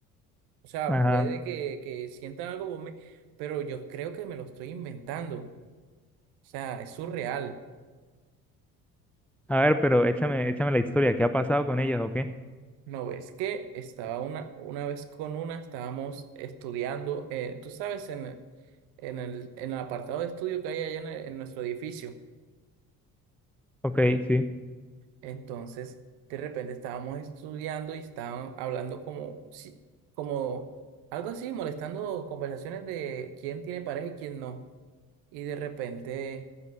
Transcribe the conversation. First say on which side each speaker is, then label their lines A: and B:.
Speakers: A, on the right; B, in the centre.
A: O sea,
B: ajá.
A: puede que, que sientan algo por mí, pero yo creo que me lo estoy inventando. O sea, es surreal.
B: A ver, pero échame, échame la historia, ¿qué ha pasado con ellas o qué?
A: ¿No ves que estaba una, una vez con una, estábamos estudiando, eh, tú sabes, en el, en el, en el apartado de estudio que hay allá en, el- en nuestro edificio.
B: Ok, sí.
A: Entonces, de repente estábamos estudiando y estaban hablando como, si- como algo así, molestando conversaciones de quién tiene pareja y quién no. Y de repente...